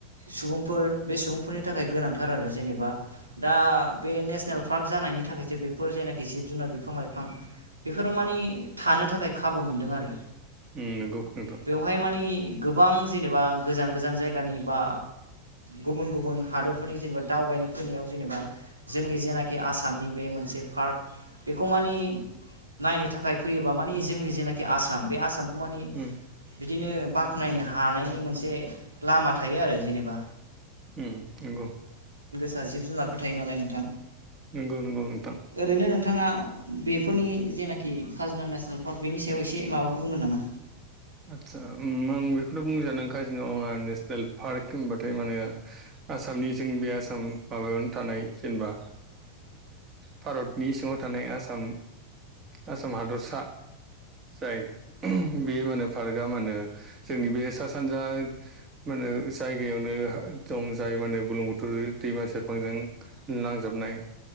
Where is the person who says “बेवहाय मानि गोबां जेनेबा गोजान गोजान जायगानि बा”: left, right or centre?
Right